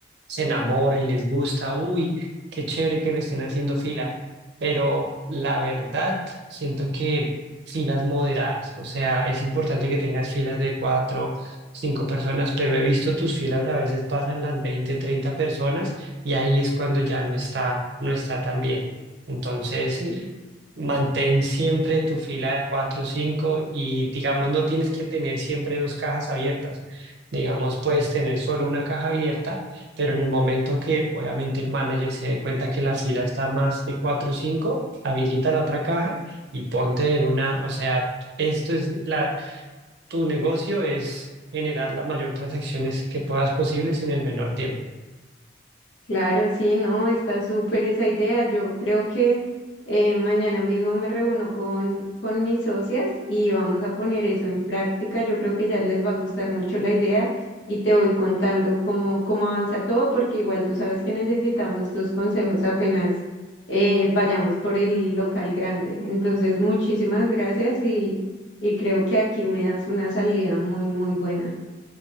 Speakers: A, on the right; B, on the left.
A: se enamora y les gusta. Uy, qué chévere que me estén haciendo fila. Pero la verdad, siento que filas moderadas, o sea, es importante que tengas filas de cuatro, cinco personas, pero he visto tus filas a veces pasan las 20 30 personas y ahí es cuando ya no está, no está tan bien. Entonces,
B: Eh,
A: Mantén siempre tu fila de 4 o 5 y digamos no tienes que tener siempre dos cajas abiertas. Digamos, puedes tener solo una caja abierta, pero en el momento que obviamente el manager se dé cuenta que la fila está más de 4 o 5, habilita la otra caja y ponte de una, o sea, esto es la, tu negocio es generar las mayor transacciones que puedas posibles en el menor tiempo.
B: Claro, sí, no, está súper esa idea. Yo creo que eh, mañana mismo me reúno con, con mis socias y vamos a poner eso en práctica. Yo creo que ya les va a gustar mucho la idea y te voy contando cómo, cómo avanza todo, porque igual tú sabes que necesitamos tus consejos apenas eh, vayamos por el local grande. Entonces, muchísimas gracias y, y creo que aquí me das una salida muy, muy buena.